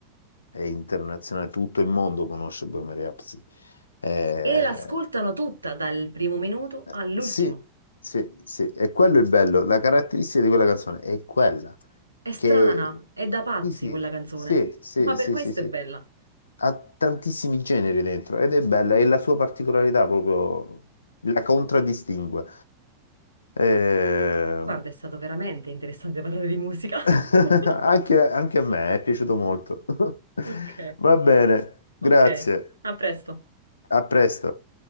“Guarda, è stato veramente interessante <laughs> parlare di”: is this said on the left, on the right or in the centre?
Right